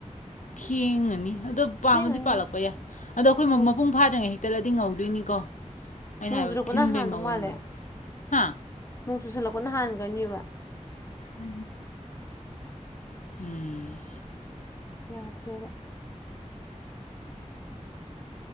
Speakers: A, on the left; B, on the left.
A: ꯊꯦꯡ-ꯉꯅꯤ ꯑꯗꯣ ꯄꯥꯟꯕꯨꯗꯤ
B: ꯊꯦꯡꯉꯅꯤ
A: ꯄꯥꯜꯂꯛꯄ ꯌꯥꯏ ꯑꯗꯣ ꯑꯩꯈꯣꯏ
B: ꯅꯣꯡ
A: ꯃꯄꯨꯡ ꯐꯥꯗ꯭ꯔꯤꯉꯩ ꯍꯦꯛ ꯇꯦꯜꯂꯗꯤ ꯉꯧꯗꯣꯏꯅꯤꯀꯣ ꯑꯩꯅ
B: ꯅꯣꯡꯖꯨꯔꯛꯄꯅ
A: ꯍꯥꯏꯕ ꯊꯤꯟꯕꯩ
B: ꯍꯥꯡꯗꯣ
A: ꯃꯑꯣꯡꯗꯣ
B: ꯃꯥꯜꯂꯦ
A: ꯍꯥ
B: ꯅꯣꯡ ꯆꯨꯁꯜꯂꯛꯄꯅ ꯍꯥꯟꯒ꯭ꯔꯅꯤꯕ
A: ꯎ ꯎꯨꯝ
B: ꯌꯥꯗ꯭ꯔꯦꯕ